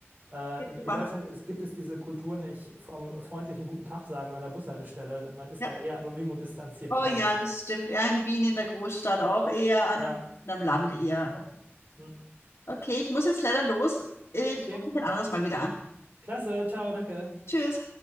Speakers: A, on the right (about 40°); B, on the left (about 60°).
A: Äh,
B: super.
A: in, in Deutschland ist, gibt es diese Kultur nicht vom freundlichen Guten Tag sagen an der Bushaltestelle. Man ist
B: Ja.
A: da eher anonym und distanziert,
B: Oh
A: leider.
B: ja, das stimmt. Ja, in Wien in der Großstadt auch eher anonym
A: Ja,
B: und am Land eher. offen.
A: hm.
B: Okay, ich muss jetzt leider los. Ich
A: okay.
B: rufe dich ein anderes Mal wieder an.
A: Klasse, ciao, danke.
B: Tschüss.